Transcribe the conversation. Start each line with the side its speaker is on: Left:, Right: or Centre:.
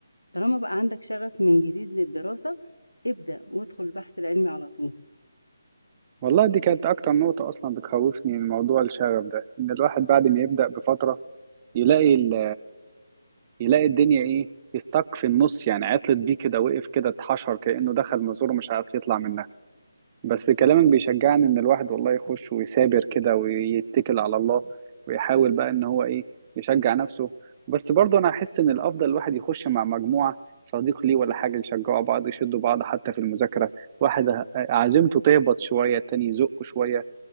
Left: طالما بقى عندك شغف من جديد للدراسة، ابدأ وادخل البحث العلمي على طول.
Right: والله دي كانت اكتر نقطة اصلا بتخوفني من موضوع الشغف ده ان الواحد بعد ما يبدأ بفترة يلاقي ال يلاقي الدنيا ايه يستك في النص يعني عطلت بيه كده وقف كده اتحشر كأنه دخل مزور مش عارف يطلع منها بس كلامك بيشجعني ان الواحد والله يخش ويثابر كده ويتكل على الله ويحاول بقى ان هو ايه يشجع نفسه بس برضه انا احس ان الافضل الواحد يخش مع مجموعة صديق ليه ولا حاجة يشجعوا بعض يشدوا بعض حتى في المذاكرة واحد عزيمته تهبط شوية التاني يزقه شوية